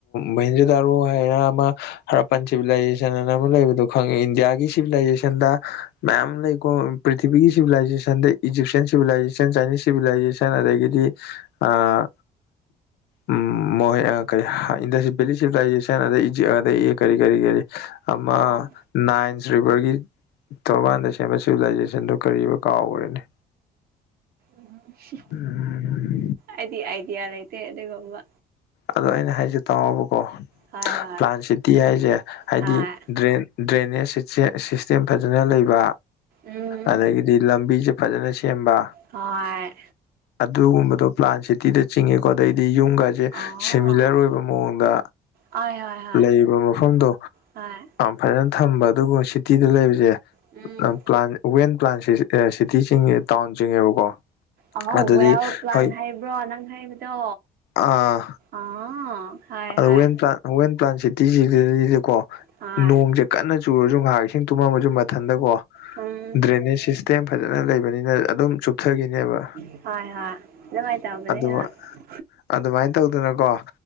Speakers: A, on the left; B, on the right.
A: ꯃꯍꯦꯟꯖꯦꯗꯔꯣ ꯍꯥꯢꯅ ꯑꯃ ꯍꯥꯔꯄꯟ ꯁꯤꯚꯤꯂꯥꯏꯖꯦꯁꯟ ꯅ ꯑꯃ ꯂꯩꯕꯗꯣ ꯈꯪꯉꯦ ꯏꯟꯗꯤꯌꯥꯒꯤ ꯁꯤꯚꯤꯂꯥꯏꯖꯦꯁꯟꯗ ꯃꯌꯥꯝ ꯂꯩꯀꯣ ꯄ꯭ꯔꯤꯊꯤꯕꯤꯒꯤ ꯁꯤꯕꯤꯂꯥꯏꯖꯦꯁꯟꯗ ꯏꯖꯤꯞꯁꯤꯌꯥꯟ ꯁꯤꯕꯤꯂꯥꯏꯖꯦꯁꯟ ꯆꯥꯏꯅꯤꯁ ꯁꯤꯕꯤꯂꯥꯏꯖꯦꯁꯟ ꯑꯗꯒꯤꯗꯤ ꯑꯥ ꯎꯝ ꯃꯣꯏ ꯀꯔꯤꯟꯗ ꯚꯦ ꯁꯤꯚꯤꯂꯥꯏꯖꯦꯁꯟ ꯑꯗꯒꯤꯩ ꯏꯛꯗ ꯀꯔꯤ ꯀꯔꯤ ꯀꯔꯤ <inaudible> ꯑꯃ
B: ꯑꯣ
A: ꯅꯥꯏꯟꯁ ꯔꯤꯕꯔꯒꯤ ꯇꯔꯕꯥꯟꯗ ꯁꯦꯝꯕ ꯁꯤꯚꯤꯂꯥꯏꯖꯦꯁꯟꯗꯣ ꯀꯔꯤꯕ ꯀꯥꯎꯈ꯭ꯔꯦꯅꯦ
B: ꯎ
A: ꯎꯝ
B: ꯑꯩꯗꯤ ꯑꯥꯏꯗꯤꯌꯥ ꯂꯩꯇꯦ ꯑꯗꯨꯒꯨꯝꯕ
A: ꯑꯗꯣ ꯑꯩꯅ ꯍꯥꯏꯁꯦ ꯇꯥꯎꯕꯀꯣ
B: ꯍꯣꯏ ꯍꯣꯏ
A: ꯄ꯭ꯂꯥꯟ ꯁꯤꯇꯤ ꯍꯥꯏꯁꯦ ꯍꯥꯏꯗꯤ
B: ꯍꯣꯏ
A: ꯗ꯭ꯔꯦꯟ ꯗ꯭ꯔꯦꯅꯦꯖ ꯁꯤꯁꯇꯦꯝ ꯐꯖꯅ ꯂꯩꯕ
B: ꯎꯝ
A: ꯑꯗꯒꯤ ꯗꯤ ꯂꯝꯕꯤꯁꯦ ꯐꯖꯅ ꯁꯦꯝꯕ
B: ꯍꯣꯏ
A: ꯑꯗꯨꯒꯨꯝꯕꯗꯣ ꯄ꯭ꯂꯥꯟ ꯁꯤꯇꯤꯗ ꯆꯤꯡꯉꯦꯀꯣ ꯑꯗꯩꯗꯤ ꯌꯨꯝꯒꯁꯦ
B: ꯑꯣ
A: ꯁꯤꯃꯤꯂꯔ ꯑꯣꯏꯕ ꯃꯑꯣꯡꯗ
B: ꯍꯣꯏ ꯍꯣꯏ ꯍꯣꯏ
A: ꯂꯩꯔꯤꯕ ꯃꯐꯝꯗꯣ
B: ꯍꯣꯏ
A: ꯐꯖꯅ ꯊꯝꯕ ꯑꯗꯨꯒꯨꯝꯕ ꯁꯤꯇꯤꯗ ꯂꯩꯕꯁꯦ
B: ꯎꯝ
A: ꯄ꯭ꯂꯥꯟ ꯋꯦꯟ ꯄ꯭ꯂꯥꯟ ꯁꯤꯇꯤ ꯆꯤꯡꯉꯦ ꯇꯥꯎꯟ ꯆꯤꯡꯉꯦꯕꯀꯣ
B: ꯑꯍꯧꯡꯕ
A: ꯑꯗꯨꯗꯤ
B: ꯋꯦꯟ ꯄ꯭ꯂꯥꯟ
A: ꯍꯣꯏ
B: ꯍꯥꯏꯕ꯭ꯔꯣ ꯅꯪ ꯍꯥꯏꯕꯗꯣ
A: ꯑꯥ
B: ꯑꯥ ꯍꯣꯏ
A: ꯑꯗꯣ
B: ꯍꯣꯏ
A: ꯋꯦꯟ ꯄ꯭ꯂꯥꯟ ꯋꯦꯟ ꯄ꯭ꯂꯥꯟ ꯁꯤꯇꯤꯁꯤꯗꯗꯤꯀꯣ
B: ꯍꯣꯏ
A: ꯅꯣꯡ ꯀꯟꯅ ꯆꯨꯔꯁꯨ ꯉꯥꯏꯍꯥꯛ ꯏꯁꯤꯡ ꯇꯨꯝꯃꯝꯃꯁꯨ ꯃꯊꯟꯇꯀꯣ
B: ꯎꯝ
A: ꯗ꯭ꯔꯦꯅꯦꯁ ꯁꯤꯁꯇꯦꯝ ꯐꯖꯅ ꯂꯩꯕꯅꯤꯅ ꯑꯗꯨꯝ ꯆꯨꯞꯊꯈꯤꯅꯦꯕ
B: ꯍꯣꯏ ꯍꯣꯏ ꯑꯗꯨꯅꯨꯡꯃꯥꯏ
A: ꯑꯗꯨ
B: ꯇꯥꯎꯕꯗꯦ
A: ꯑꯗꯨꯃꯥꯏꯅ ꯇꯧꯗꯅꯀꯣ